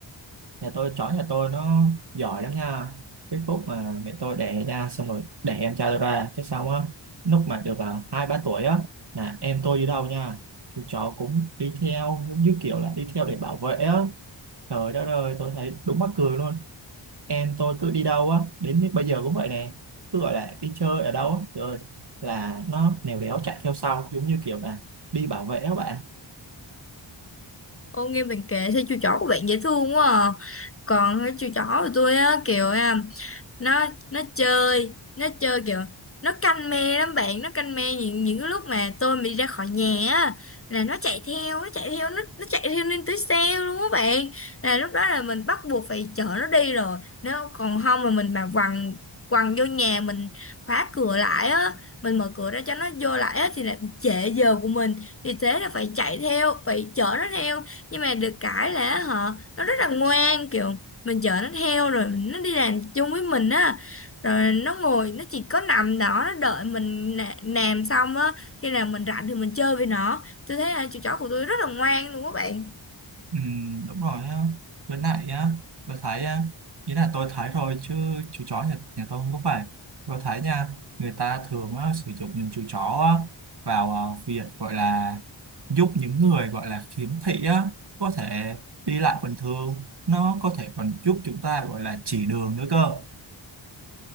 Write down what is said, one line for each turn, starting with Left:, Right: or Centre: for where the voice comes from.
Right: nhà tôi chó nhà tôi nó giỏi lắm nha cái phút mà mẹ tôi đẻ ra xong rồi đẻ em trai tôi ra cái xong á lúc mà được à, hai ba tuổi á là em tôi đi đâu nha chú chó cũng đi theo giống như kiểu là đi theo để bảo vệ á trời đất ơi tôi thấy đúng mắc cười luôn em tôi cứ đi đâu á đến bây giờ cũng vậy nè cứ gọi là đi chơi ở đâu á rồi là nó lèo đéo chạy theo sau giống như kiểu là đi bảo vệ á bạn
Left: Ô nghe bạn kể sao chú chó của bạn dễ thương quá à. Còn cái chú chó của tôi á kiểu à, nó nó chơi nó chơi kiểu nó canh me lắm bạn nó canh me những những cái lúc mà tôi bị ra khỏi nhà á là nó chạy theo nó chạy theo nó nó chạy theo lên tới xe luôn á bạn là lúc đó là mình bắt buộc phải chở nó đi rồi nếu còn không mà mình mà quằn quằn vô nhà mình khóa cửa lại á mình mở cửa ra cho nó vô lại á thì lại bị trễ giờ của mình vì thế là phải chạy theo phải chở nó theo nhưng mà được cái là họ nó rất là ngoan kiểu mình chở nó theo rồi nó đi làm chung với mình á rồi nó ngồi nó chỉ có nằm đó nó đợi mình nà- làm xong á khi nào mình rảnh thì mình chơi với nó tôi thấy là chú chó của tôi rất là ngoan luôn các bạn
Right: Ừ, đúng rồi á với lại á tôi thấy á ý là tôi thấy thôi chứ chú chó nhà, nhà tôi không có phải tôi thấy nha người ta thường á, sử dụng những chú chó á, vào ờ, việc gọi là giúp những người gọi là khiếm thị á có thể đi lại bình thường nó có thể còn giúp chúng ta gọi là chỉ đường nữa cơ